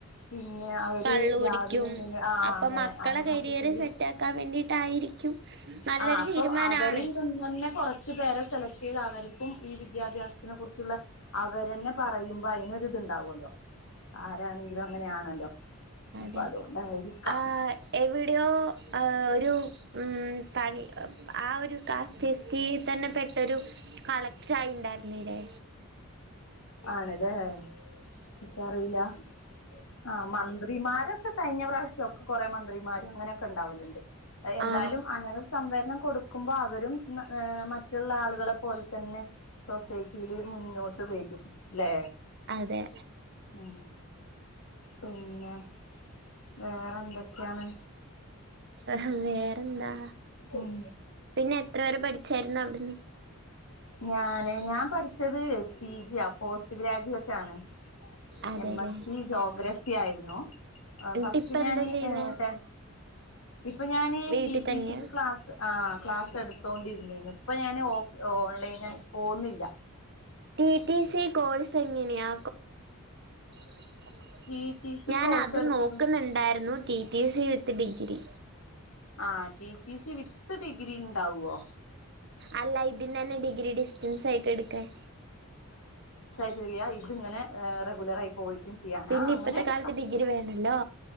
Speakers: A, on the left (about 70°); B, on the right (about 50°).
A: പിന്നെ അവര്
B: കള്ള് കുടിക്കും
A: രാവിലെ ആ
B: അപ്പൊ
A: അങ്ങനെ
B: മക്കളെ
A: അങ്ങനെക്കെ
B: കരിയർ
A: <unintelligible>
B: സെറ്റ് ആക്കാൻ വേണ്ടിട്ടായിരിക്കും നല്ലൊരു
A: ആ അപ്പം
B: തീരുമാനാണ്
A: അവരിൽ നിന്ന് തന്നെ കൊറച്ച് പേരെ സെലക്ട് ചെയ്ത് അവര് <unintelligible> ഈ, വിദ്യാഭ്യാസത്തിനെ കുറിച്ചുള്ള അവരന്നെ പറയുമ്പോ അയ്നൊരു തുണ്ടാല്ലോ ആരാണെങ്കിലും അങ്ങനെയാണല്ലോ അപ്പൊ
B: അതെ
A: അതുകൊണ്ടായിരിക്കാം
B: ആ എവിടെയോ ആ ഒരു ഉം പണി ആ ഒരു കാസ്റ്റ് <unintelligible> തന്നെ പെട്ടൊരു കളക്ടായി ഉണ്ടായിുനീല്ലേ
A: ആണല്ലേ എനിക്കറിയില്ല ആ മന്ത്രി മാരൊക്കെ കഴിഞ്ഞപ്രാവശ്യം ഒക്കെകൊറെ മന്ത്രിമാരും അങ്ങനെയൊക്കെ ഉണ്ടാവലുണ്ട് എന്തായാലും
B: ആ
A: അങ്ങനെ സംവരണം കൊടുക്കുമ്പോ അവരും മറ്റുള്ള ആളുകളെ പോലെ തന്നെ സൊസൈറ്റിയിൽ മുന്നോട്ട് വരും ലേ
B: അതെ
A: ആ പിന്നെ വേറെ എന്തൊക്കെയാണ്
B: ആ വേറെന്താ
A: ഉം
B: പിന്നെ എത്ര പേരെ പഠിച്ചായിരുന്നു അവിടുന്ന്
A: ഞാന് ഞാൻ പഠിച്ചത് പിജി ആ പോസ്റ്റ് ഗ്രാജുവേറ്റ് ആണ്
B: അതെല്ലേ
A: എം എസ് സി ജോഗ്രഫി ആയിരുന്നു ആ
B: എന്നിട്ട്
A: ഫസ്റ്റ്
B: ഇപ്പ
A: ഞാന്
B: എന്താ
A: <unintelligible>
B: ചെയ്യുന്നെ
A: ഇപ്പൊ ഞാന്
B: വീട്ടിൽ
A: ടി ടി
B: തന്നെയാ
A: സിക്ക് ക്ലാസ്സ് ആ ക്ലാസ് എടു <unintelligible> ഇപ്പൊ ഞാൻ ഓഫ് ഓൺലൈനായി പോകുന്നുന്നില്ല
B: ടി റ്റി സി കോഴ്സ് എങ്ങനെയാ <unintelligible>
A: ടി ടി സി
B: ഞാൻ
A: കോഴ്സ്
B: അത്
A: എടുക്കും
B: നോക്കുന്നുണ്ടായിരുന്നു T T C with degree
A: ആ T T C with degree ണ്ടാവുവോ
B: അല്ല ഇതിന്നന്നെ ഡിഗ്രി ഡിസ്റ്റൻസ് ആയിട്ട് <unintelligible>
A: <unintelligible> ഇത്ങ്ങനെ റെഗുലർ ആയി പോയിട്ടും ചെയ്യാനാ
B: പിന്നെ
A: അങ്ങനെ
B: ഇപ്പത്തെ
A: എടുക്കാം
B: കാലത്ത് ഡിഗ്രി വേണല്ലോ